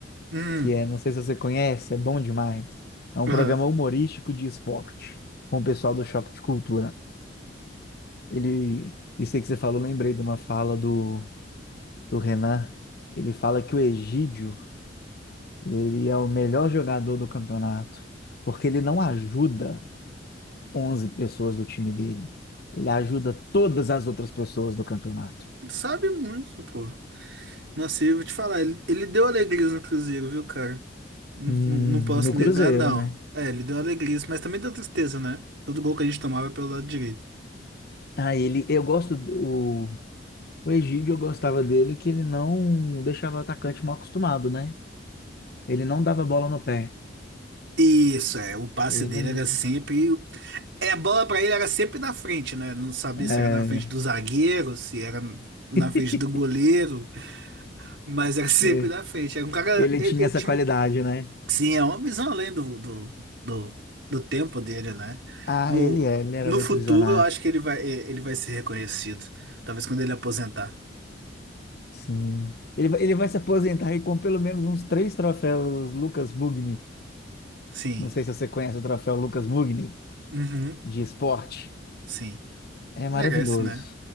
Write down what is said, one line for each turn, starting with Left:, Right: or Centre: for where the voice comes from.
Right: Hum,
Left: que é, não sei se você conhece, é bom demais. É um
Right: aham.
Left: programa humorístico de esporte, com o pessoal do Choque de Cultura. Ele, isso aí que você falou, lembrei de uma fala do, do Renan. Ele fala que o Egídio, ele é o melhor jogador do campeonato, porque ele não ajuda 11 pessoas do time dele. Ele ajuda todas as outras pessoas do campeonato.
Right: Sabe muito, pô. Nossa, e eu vou te falar, ele, ele deu alegrias no Cruzeiro, viu, cara? Não,
Left: Hum,
Right: não, não posso
Left: no Cruzeiro,
Right: negar, não.
Left: né?
Right: É, ele deu alegrias, mas também deu tristeza, né? Todo gol que a gente tomava é pelo lado direito.
Left: Ah, ele, eu gosto, d- o, o Egídio, eu gostava dele que ele não deixava o atacante mal acostumado, né? Ele não dava bola no pé.
Right: Isso, é, o passe
Left: Ele,
Right: dele
Left: n-
Right: era sempre. É, a bola pra ele era sempre na frente, né? Não sabia
Left: é,
Right: se era na frente do zagueiro, se era na
Left: <laughs>
Right: frente do goleiro. Mas era <laughs> sempre
Left: é,
Right: da frente. Era um cara.
Left: ele
Right: Ele,
Left: tinha
Right: ele
Left: essa
Right: tinha.
Left: qualidade,
Right: um-
Left: né?
Right: Sim, é uma visão além do, do, do, do tempo dele, né?
Left: Ah,
Right: No,
Left: ele é, ele era
Right: no
Left: muito
Right: futuro,
Left: visionário.
Right: eu acho que ele vai, e- ele vai ser reconhecido. Talvez quando ele aposentar.
Left: Sim. Ele, vai- ele vai se aposentar aí com pelo menos uns três troféus Lucas Mugni.
Right: Sim.
Left: Não sei se você conhece o troféu Lucas Mugni
Right: Uhum.
Left: de esporte.
Right: Sim.
Left: É
Right: Merece,
Left: maravilhoso.
Right: né?